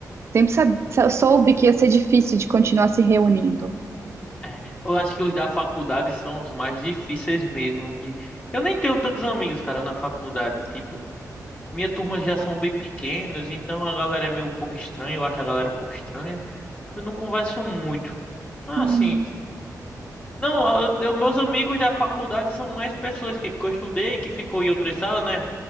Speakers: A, on the right; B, on the left.
A: Sempre sa- sa- soube que ia ser difícil de continuar se reunindo.
B: É, eu acho que os da faculdade são os mais difíceis mesmo de. Eu nem tenho tantos amigos, cara, na faculdade, tipo, minha turma já são bem pequenos, então a galera é meio um pouco estranha, eu acho a galera um pouco estranha. Eu não converso muito. Ah,
A: Hum,
B: sim. Não, a- eu- eu- meus amigos da faculdade são mais pessoas que, porque eu estudei, que ficou em outras salas, né?